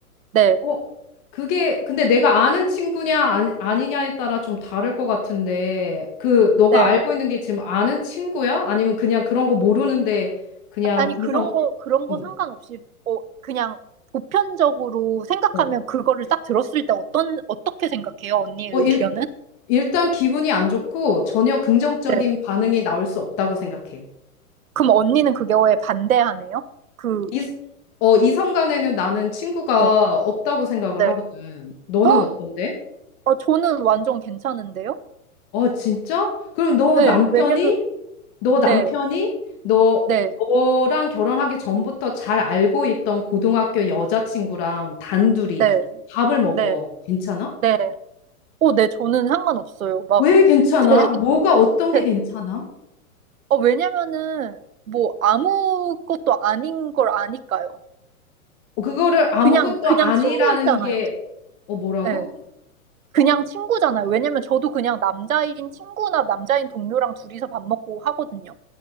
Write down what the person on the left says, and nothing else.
어, 그게, 근데 내가 아는 친구냐, 아니, 아니냐에 따라 좀 다를 것 같은데, 그, 너가
알고 있는 게 지금 아는 친구야? 아니면 그냥 그런 거 모르는데, 그냥
이성,
응,
어.
어,
일, 일단 기분이 안 좋고, 전혀 긍정적인
반응이 나올 수 없다고 생각해.
이, 어, 이성 간에는 나는 친구가
없다고 생각을
하거든. 너는
어떤데?
어, 진짜? 그럼 너
남편이,
너 남편이,
너,
너랑 결혼하기 전부터 잘 알고 있던 고등학교 여자친구랑 단둘이
밥을 먹어.
괜찮아?
왜 괜찮아?
뭐가 어떤 게
괜찮아?
어, 그거를 아무것도
아니라는
게, 어, 뭐라고?
어?